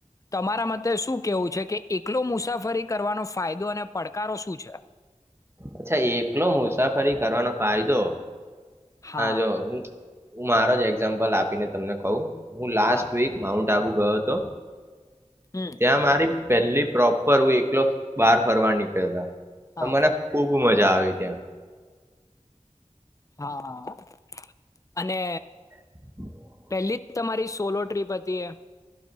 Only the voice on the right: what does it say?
અચ્છા એકલો મુસાફરી કરવાનો ફાયદો.
જો <unintelligible> હું હું મારો જ એક્ઝામ્પલ આપીને તમને કહું. હું લાસ્ટ
વીક માઉન્ટ આબુ ગયો હતો
ત્યાં મારી પહેલી પ્રોપર હું એકલો બહાર ફરવા નીકળ્યા હતા.
મને બહું મજા આવી ત્યાં.
<inaudible> <unintelligible>